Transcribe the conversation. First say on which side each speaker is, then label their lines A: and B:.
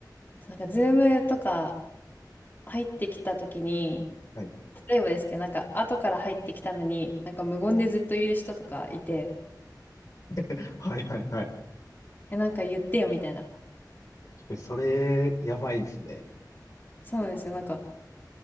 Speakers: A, on the left; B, on the left.
A: なんかズームとか入ってきた時に、
B: はい。
A: 例えばですけど、なんか後から入ってきたのに、なんか無言でずっといる人とかいて、
B: <laughs> はいはいはい。
A: え、なんか言ってよみたいな。
B: 確かにそれ、やばいですね。
A: そうなんですよ。なんか、